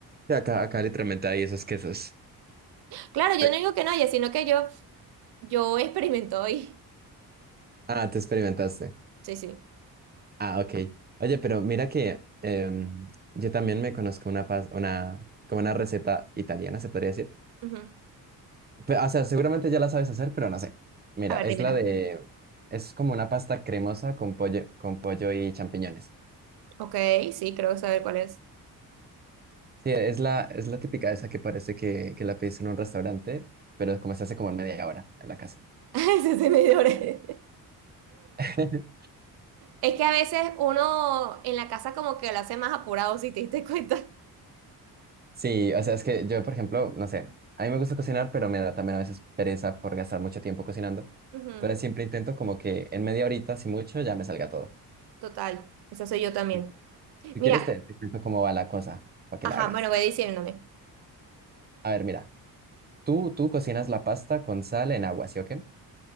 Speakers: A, on the right; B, on the right.
A: Acá, acá literalmente hay esos quesos.
B: Claro, yo
A: Eh,
B: no digo que no haya, sino que yo, yo experimento hoy.
A: Ah, te experimentaste.
B: Sí, sí.
A: Ah, ok. Oye, pero mira que em, yo también me conozco una, pas- una, como una receta italiana, se podría decir.
B: Ujú.
A: Pe- o sea, seguramente ya la sabes hacer, pero no sé. Mira,
B: A ver,
A: es
B: dímela.
A: la de, es como una pasta cremosa con pollo, con pollo y champiñones.
B: Ok, sí, creo saber cuál es.
A: Sí, e, es la, es la típica esa que parece que, que la pides en un restaurante, pero como se hace como en media hora en la casa.
B: <laughs> Ese se me dio breve.
A: <laughs>
B: Es que a veces uno en la casa como que lo hace más apurado, si te diste cuenta.
A: Sí, o sea, es que yo, por ejemplo, no sé, a mí me gusta cocinar, pero me da también a veces pereza por gastar mucho tiempo cocinando.
B: Ujú,
A: Entonces siempre intento como que en media horita, si mucho, ya me salga todo.
B: Total, esa soy yo también.
A: Sí. Si
B: Mira,
A: quieres, te, te cuento cómo va la cosa para que
B: ajá,
A: la hagas.
B: bueno, voy diciéndome.
A: A ver, mira, tú, tú cocinas la pasta con sal en agua, ¿sí o qué?